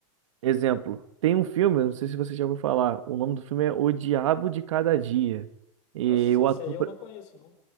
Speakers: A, on the right; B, on the left.
A: exemplo, tem um filme, eu não sei se você já ouviu falar, o nome do filme é O Diabo de Cada Dia. E
B: Nossa,
A: o
B: esse
A: ator.
B: aí eu não conheço, não.